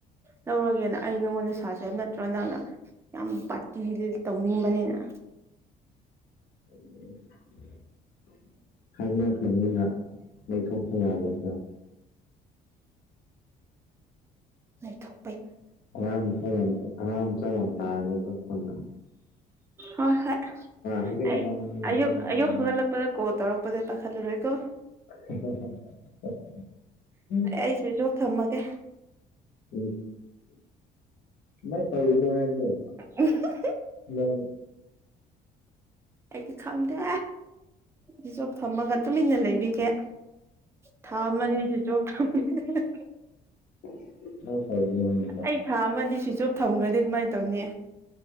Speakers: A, on the right; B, on the left.
A: ꯂꯧꯔꯒꯦꯅ ꯑꯩ ꯅꯪꯉꯣꯟꯗ ꯁꯥꯁꯦ ꯍꯥꯏꯕ ꯅꯠꯇ꯭ꯔꯣ ꯅꯪꯅ ꯌꯥꯝ ꯄꯥꯇꯤ ꯇꯧꯅꯤꯡꯕꯅꯤꯅ
B: <unintelligible> ꯍꯥꯏꯅꯈ꯭ꯔꯕꯅꯤꯅ ꯂꯩꯩꯊꯣꯛꯄ ꯌꯥꯗꯕ꯭ꯔ
A: ꯂꯩꯊꯣꯛ
B: ꯑꯉꯥꯡꯃꯆꯥ ꯌꯥꯝ ꯑꯉꯥꯡꯃꯆꯥ ꯌꯥꯝ ꯇꯥꯅꯦꯕ ꯄꯨꯟꯅ
A: ꯍꯣꯏ ꯍꯣꯏ
B: ꯍꯧꯖꯤꯛ
A: ꯑꯩ
B: ꯑꯃ ꯉꯥꯡꯉꯤ
A: ꯑꯌꯨꯛ
B: ꯍꯣꯔꯦꯟ ꯑꯃ
A: ꯑꯌꯨꯛ
B: ꯉꯥꯡꯉꯤ
A: ꯍꯧꯒꯠꯂꯛ ꯅꯪꯅ ꯀꯣꯜ ꯇꯧꯔꯛꯄꯗꯤ ꯄꯥꯏꯈꯠꯂꯔꯣꯏꯀꯣ
B: <unintelligible> ꯎꯝ
A: ꯑꯩ ꯁ꯭ꯋꯤꯖ ꯑꯣꯐ ꯊꯝꯃꯒꯦ
B: <unintelligible>
A: <unintelligible>
B: ꯍꯜꯂꯣ
A: ꯑꯩꯗꯤ ꯈꯪꯗꯦ ꯁ꯭ꯋꯤꯆ ꯑꯣꯐ ꯊꯝꯃꯒ ꯇꯨꯃꯤꯟꯅ ꯂꯩꯕꯤꯒꯦ ꯊꯥ ꯑꯃ ꯑꯅꯤ ꯁ꯭ꯋꯤꯆ ꯑꯣꯐ ꯊꯝꯃꯒꯦ
B: <unintelligible>
A: ꯑꯩ ꯊꯥ ꯑꯃ ꯑꯅꯤ ꯁ꯭ꯋꯤꯆ ꯑꯣꯐ ꯊꯝꯒ꯭ꯔꯗꯤ ꯀꯃꯥꯏ ꯇꯧꯅꯤ